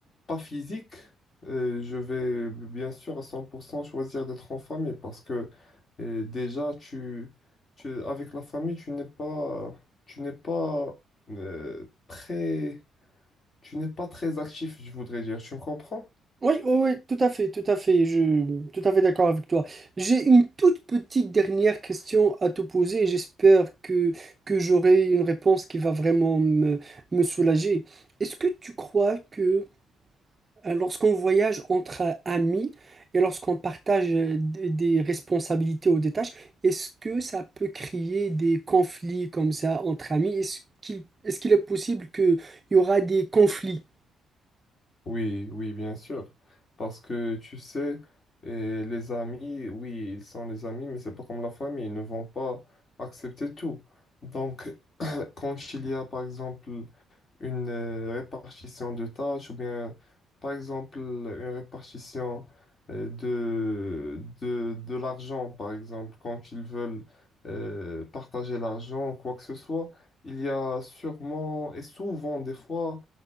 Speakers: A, on the left; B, on the right.
A: pas physiques. Euh, je vais bien sûr à 100% choisir d'être en famille parce que euh, déjà, tu, tu- avec la famille, tu n'es pas, tu n'es pas euh, très, tu n'es pas très actif, je voudrais dire. Tu me comprends?
B: Oui, oui, oui, tout à fait, tout à fait, je tout à fait d'accord avec toi. J'ai une toute petite dernière question à te poser et j'espère que, que j'aurai une réponse qui va vraiment me, me soulager. Est-ce que tu crois que euh, lorsqu'on voyage entre euh, amis et lorsqu'on partage euh, des des responsabilités ou des tâches, est-ce que ça peut créer des conflits comme ça entre amis? Est-ce qu'il est-ce qu'il est possible qu'il y aura des conflits?
A: Oui, oui, bien sûr. Parce que tu sais, euh, les amis, oui, ils sont les amis, mais c'est pas comme la famille, ils ne vont pas accepter tout. Donc, quand il y a, par exemple, une euh, répartition de tâches ou bien, par exemple, une répartition euh, de, de, de l'argent, par exemple, quand ils veulent euh, partager l'argent, ou quoi que ce soit, il y a sûrement et souvent des fois